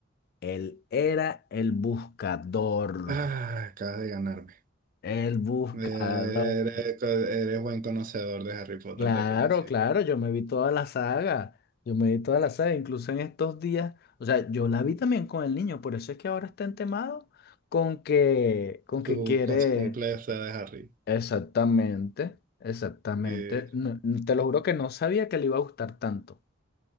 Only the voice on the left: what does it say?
Él era el buscador.
El buscador.
Claro,
claro, yo me vi toda la saga. Yo me vi toda la saga, incluso en estos días. O sea, yo la vi también con el niño, por eso es que ahora está entemado con que, con que
quiere.
Exactamente, exactamente.
No, te lo juro que no sabía que le iba a gustar tanto.